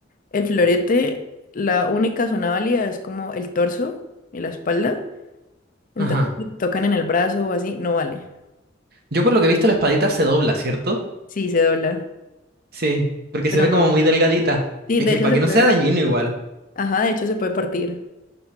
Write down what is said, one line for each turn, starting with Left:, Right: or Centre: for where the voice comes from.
Left: el florete, la única zona válida es como el torso y la espalda. Entonces,
Right: ajá.
Left: si tocan en el brazo o así, no vale.
Right: Yo por lo que he visto la espadita se dobla, ¿cierto?
Left: Sí, se dobla.
Right: Sí, porque
Left: Pero
Right: se ve
Left: no.
Right: como muy delgadita.
Left: Sí,
Right: Es
Left: de
Right: que
Left: hecho
Right: para
Left: se
Right: que
Left: puede
Right: no sea
Left: partir.
Right: dañino igual.
Left: Ajá, de hecho se puede partir.